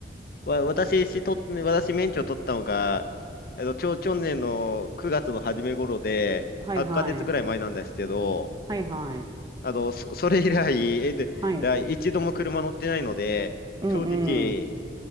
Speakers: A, on the left (about 50°); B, on the right (about 20°).
A: わ、私、しと、私、免許取ったのが、えっと、去、去年の9月の初め頃で、
B: はいはい。
A: 8ヶ月ぐらい前なんですけど、
B: はいはい。
A: あの、そ、それ以来、えっと、
B: はい。
A: 来一度も車乗ってないので、
B: うん
A: 正直、
B: うん。